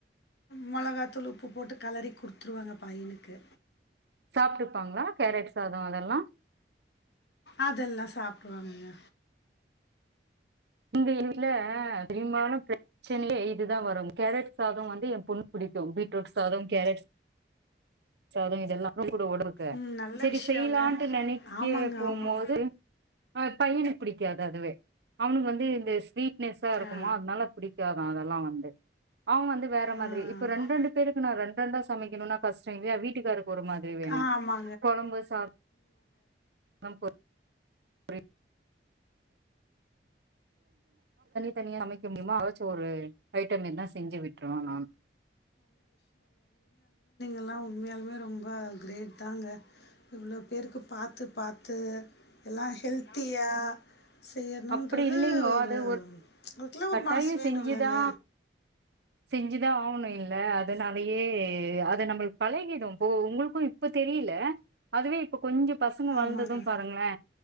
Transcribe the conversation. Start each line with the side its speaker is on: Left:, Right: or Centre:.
Left: மொளகாத்தூளு உப்பு போட்டு கலறி குடுத்துருவேங்க பையனுக்கு
Right: சாப்டுப்பாங்ளா கேரட் சாதோ அதெல்லா
Left: அதெல்லா சாப்டுவாங்கங்க
Right: எங்க வீட்ல பெரும்பாலு பிரச்சனையே இதுதா வரூ கேரட் சாதோ வந்து ஏ பொண்ணுக்கு புடிக்கு பீட்ரோட் சாதோ கேரட் சாதோ இதெல்லாமே <unintelligible>
Left: ம் நல்ல
Right: செரி
Left: விஷயங்க.
Right: செய்லான்ட்டு நெனைக்க
Left: ஆமாங்க
Right: போம்போது
Left: ஆமாங்க.
Right: பையனுக்கு படிக்காது அதுவே அவனுக்கு வந்து இந்த ஸ்வீட்னஸ்ஸா இருக்குமா
Left: ஆ
Right: அதனால பிடிக்காதா அதெல்லா வந்து அவுங்க வந்து வேற
Left: ஆ
Right: மாரி இப்ப ரெண்ரெண்டு பேருக்கு நா ரெண்ரெண்டா சமைக்கணுனா கஷ்டோ இல்லையா வீட்டுக்காரருக்கு ஒரு மாதிரி வே
Left: ஆமா
Right: கொழம்பு சாப் <unintelligible> தனி தனியா சமைக்க முடியுமா எதாச்சு ஒரு ஐட்டோ எதுனா செஞ்சி விட்ருவே நானு
Left: எல்லா உண்மயாலுமே ரொம்ப க்ரேட் தாங்க இவ்ளோ பேருக்கு பாத்து பாத்து எல்லா ஹெல்த்தியா செய்யணுன்றது
Right: அப்டி இல்லைங்கோ
Left: ஒரு
Right: அது
Left: அதுக்கெல்லா ஒரு
Right: கட்டாயோ
Left: மனசு வேணுலங்க
Right: செஞ்சுதா செஞ்சுதா ஆவுனு இல்ல அதனாலயே அத நம்பளுக்கு பழகிடு போ ஒங்ளுக்கு இப்ப தெரில அதுவே இப்ப கொஞ்சோ பசங்க
Left: ஆமாங்க.
Right: வளந்தது பாருங்களே